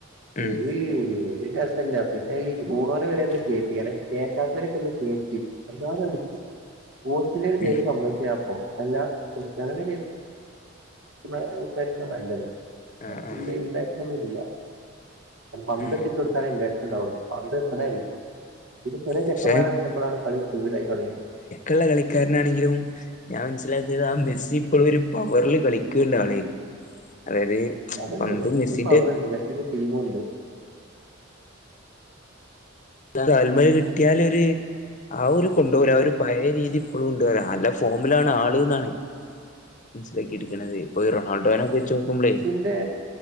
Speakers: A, on the left; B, on the right.
A: ഉം
B: ഓര് ഒരു രസമില്ല പിന്നെ ഈ ഫൂ ണോ ണെ വരെ ഒന്ന് കേറ്റി <unintelligible> കേറ്റാത്തരെയൊക്ക ഒന്ന് കേറ്റി <unintelligible> പോർച്ചുഗിൽ വരുന്ന്
A: ഉം
B: പറഞ്ഞപ്പൊ അല്ല <unintelligible> നിർത്തണം അ തായിരിക്കും നല്ലത്
A: ആഹ് ആഹ്
B: ല്ലേ ഇപ്പൊ ന്നുഇ ല്ല പന്ത്
A: ഉം
B: ഒക്കെ ഇട്ടു കൊടുത്താലെ <unintelligible> ഉണ്ടാവുന്നു പന്ത എത്തണേ ഇല്ല ഇത് ചെറിയ ചെക്കന്മാര്
A: പക്ഷെ
B: എത്തിയപ്പഴാണ് കളി സ്പീഡായി തുടങ്ങിയ
A: ള്ള കളിക്കാരൻ ആണെങ്കിലും ഞാൻ മനസ്സിലാക്കിയത് ആ മെസ്സി ഇപ്പോഴും ഒരു പവറിൽ കളിക്കും ണ്ടാ ണ് അതായത്
B: അത്ണ്ട്
A: പന്ത്
B: മെസ്സിക്ക്
A: മെസ്സിന്റെ
B: പവർ ഉണ്ട് മെസ്സിക്ക് ടീമും ഒ ണ്ട്
A: കാൽമേൽ കിട്ടിയാലൊരു അ ഓര്കൊണ്ടവൂല ആ ഒരു പഴയ രീതി ഇപ്പോളും ഇണ്ട് റയാ നല്ല ഫോമിലാണ് ആള്ന്നാണ് മനസിലക്കി ഇടുക്കണുന്നത് ഇപ്പൊ ഈ റോണാഡോനെ ഒകെ വെച്ച് നോക്കുമ്പളെ
B: അതെ